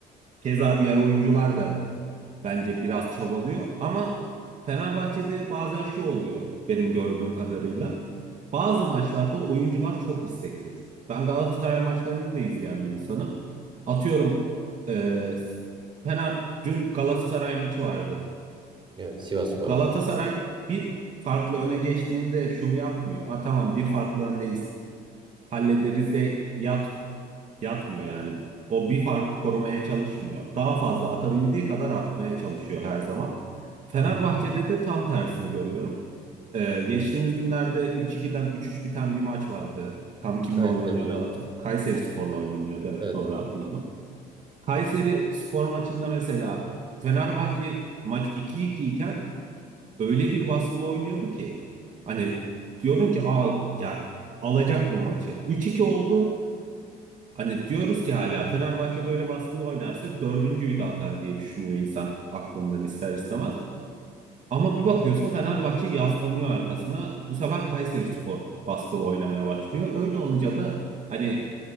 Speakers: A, on the right; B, on the right.
A: Keza diğer oyuncular da bence biraz çabalıyor ama Fenerbahçe'de bazen şu oluyor benim gördüğüm kadarıyla. Bazı maçlarda oyuncular çok isteksiz. Ben Galatasaray maçlarını da izleyen bir insanım. Atıyorum eee Fener dün Galatasaray maçı vardı.
B: Evet, Sivasspor'la.
A: Galatasaray bir farklı öne geçtiğinde şunu yapmıyor. Ha tamam bir farklı öndeyiz hallederiz'e yat, yatmıyor yani. O bir farkı korumaya çalışmıyor. Daha fazla atabildiği kadar atmaya çalışıyor her zaman. Fenerbahçe'de
B: Hı hı.
A: de tam tersini görüyorum. Ee, geçtiğimiz günlerde 3-2'den 3-3 biten bir maç vardı. Tam kimle
B: Kayseri
A: oynanıyordu
B: maçı.
A: hatır. Kayserispor'la oynanıyordu evet
B: Evet.
A: doğru hatırladım. Kayseri spor maçında mesela Fenerbahçe maç 2-2 iken öyle bir baskılı oynuyordu ki hani diyordum ki Aa, ya alacak bu maçı. 3-2 oldu. Hani diyoruz ki hala Fenerbahçe böyle baskılı oynarsa dördüncüyü de atar diye düşünüyor insan aklından ister istemez. Ama bir bakıyorsun Fenerbahçe yaslanıyor arkasına. Bu sefer Kayserispor baskılı oynamaya başlıyor. Öyle olunca da hani